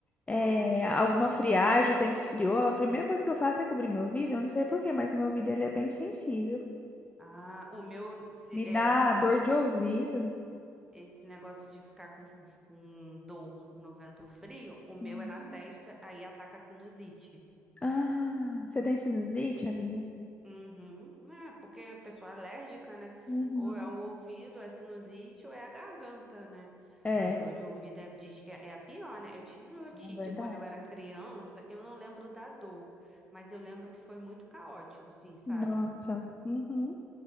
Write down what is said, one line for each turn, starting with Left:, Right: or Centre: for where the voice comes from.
Left: é,
Centre: hum.
Left: alguma friagem, o tempo esfriou, a primeira coisa que eu faço é cobrir meu ouvido, eu não sei por quê, mas meu ouvido ele é bem sensível.
Centre: Ah, o meu, se-
Left: Me
Centre: é,
Left: dá
Centre: esse negócio,
Left: dor de ouvido.
Centre: esse negócio de ficar com, com dor no vento frio, o meu
Left: Hum.
Centre: é na Hum. testa, aí ataca a sinusite.
Left: Ah, você tem sinusite, amiga?
Centre: Uhum. É, porque a pessoa é alérgica, né?
Left: Uhum.
Centre: Ou é o ouvido, é sinusite, ou é a garganta, né?
Left: É,
Centre: Mas dor de ouvido é, diz que é é a pior, né? Eu tive otite
Left: é verdade.
Centre: quando eu era criança, eu não lembro da dor, mas eu lembro que foi muito caótico, assim, sabe?
Left: Nossa. Uhum.